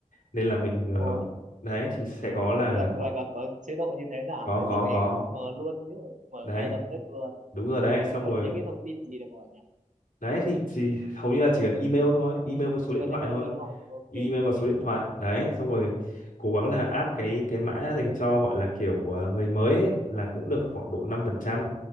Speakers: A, on the left; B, on the right.
A: nên là mình ờ,
B: thôi
A: đấy
B: Ờ,
A: thì sẽ có
B: ừ,
A: là
B: lại
A: khoảng
B: lại còn có chế độ như thế nào
A: có
B: thế
A: có
B: thì phải
A: có
B: mở luôn chứ mở
A: đấy
B: ngay lập tức luôn
A: đúng rồi đấy
B: cái
A: xong
B: thế cần
A: rồi
B: những cái thông tin gì để mở nhỉ
A: đấy thì chỉ hầu như là chỉ cần email thôi email với số
B: chỉ
A: điện
B: cần
A: thoại
B: email
A: thôi
B: thôi đúng không ok ok
A: email và số điện thoại đấy xong rồi cố gắng là áp cái cái mã dành cho gọi là kiểu ờ, người mới ấy, là cũng được khoảng độ năm phần trăm